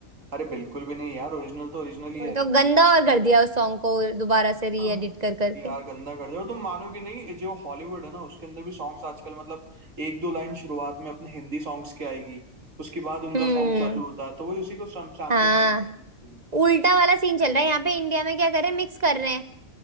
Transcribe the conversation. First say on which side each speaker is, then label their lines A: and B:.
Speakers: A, on the right; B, on the right.
A: अरे बिल्कुल भी नहीं यार ओरिजिनल तो ओरिजिनल ही
B: वही
A: है
B: तो गंदा
A: <laughs>
B: और कर दिया उस सॉन्ग को दोबारा से रीएडिट
A: हाँ।
B: कर करके
A: यार गंदा कर दिया और तुम मानोगे नहीं जो हॉलीवुड है ना उसके अंदर भी सॉन्ग्स आजकल मतलब एक दो लाइन शुरुआत में अपने हिंदी सॉन्ग्स की आएगी उसके बाद उनका
B: हम्म
A: सॉन्ग चालू होता है तो वही उसी को सैम्पलिंग
B: हाँ
A: बोलते हैं बेसिकली
B: उल्टा वाला सीन चल रहा है यहाँ पे इंडिया में क्या कर रहे हैं मिक्स कर रहे हैं